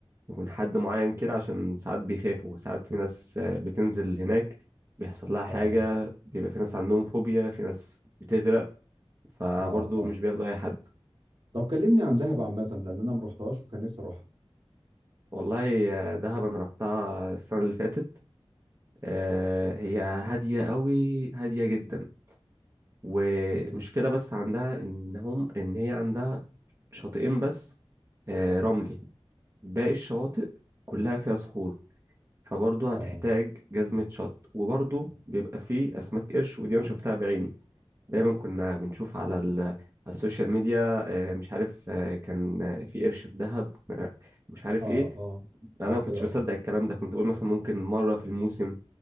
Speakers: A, on the right; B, on the right.
A: يكون حد معين كده عشان ساعات بيخافوا ساعات في ناس آه، بتنزل هناك بيحصل لها حاجة
B: اه
A: بيبقى في ناس عندهم فوبيا في ناس بتغرق فبرضه
B: اه اه
A: مش بياخدوا أي حد
B: طب كلمني عن دهب عامه لان انا ما رحتهاش وكان نفسي اروحها
A: والله آه، دهب أنا رحتها السنة اللي فاتت آه، هي هادية قوي هادية جدا ومشكلة
B: جدا.
A: بس عندها إن هم إن هي عندها شاطئين بس آه، رملي باقي الشواطئ كلها فيها صخور فبرضه
B: اه
A: هتحتاج جزمة شط وبرضه بيبقى فيه أسماك قرش ودي أنا شفتها بعيني دايما كنا بنشوف على ال- على السوشيال ميديا آه، مش عارف آه، كان آه، في قرش في دهب آه، مش عارف
B: اه
A: إيه
B: اه
A: أنا
B: بعد
A: ما كنتش
B: كده اه
A: بصدق الكلام ده كنت بقول مثلا ممكن مرة في الموسم